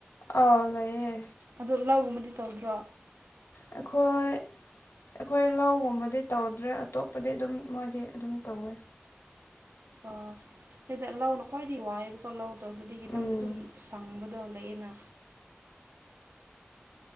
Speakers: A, on the left; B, on the right.
A: ꯑꯥꯎ ꯂꯩꯌꯦ
B: ꯑꯗꯣ ꯂꯥꯎꯒꯨꯝꯕꯗꯤ ꯇꯧꯗ꯭ꯔꯣ
A: ꯑꯩꯈꯣꯏ ꯑꯩꯈꯣꯏ ꯂꯧꯒꯨꯝꯕꯗꯤ ꯇꯧꯗ꯭ꯔꯦ ꯑꯇꯣꯞꯄꯗꯤ ꯑꯗꯨꯝ ꯃꯣꯏꯗꯤ ꯑꯗꯨꯝ ꯇꯧꯋꯦ
B: ꯑ ꯍꯩꯗ ꯂꯧꯅ ꯈ꯭ꯋꯥꯏꯗꯒꯤ ꯋꯥꯏꯑꯦꯕꯀꯣ ꯂꯧꯗꯣ ꯗꯨꯗꯤ ꯈꯤꯇꯪꯗꯤ
A: ꯎꯝ
B: ꯑꯗꯨꯝ ꯁꯪꯕ ꯗꯣ ꯂꯩꯏꯅ